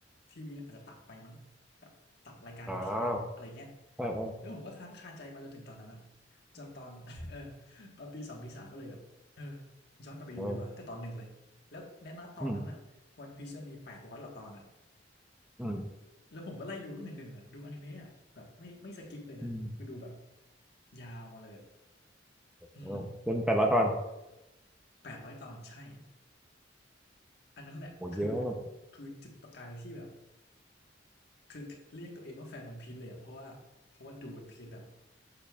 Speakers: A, on the left; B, in the centre.
A: ทีวีอาจจะตัดไปมั้งแบบตัดรายการนี้ทิ้งอะอะไรเงี้ย
B: อ่าใช่เออ
A: แล้วผมก็ค้างคาใจมาจนถึงตอนนั้นอะ
B: <laughs>
A: จนตอน <laughs> เออตอนปีสองปีสามก็เลยแบบเออย้อนกลับไปดูดีกว่าตั้งแต่ตอนหนึ่งเลยแล้วในณตอนนั้นอะวันพีซมันมีแปดร้อยกว่าตอนอะ
B: เอออืมอืม
A: แล้วผมก็ไล่ดูตั้งแต่หนึ่งอ่ะดูอนิเมะอ่ะแบบไม่ไม่สกิปเลยนะคือดูแบบ
B: อืม
A: ยาวมาเลยอะอืม
B: เออเป็นแปดละตอน
A: แปดร้อยตอนใช่อันนั้นแหละคือ
B: โหเยอะมาก
A: คือจุดประกายที่แบบคือเรียกตัวเองว่าแฟนวันพีซเลยอ่ะเพราะว่าเพราะว่าดูวันพีซแบบ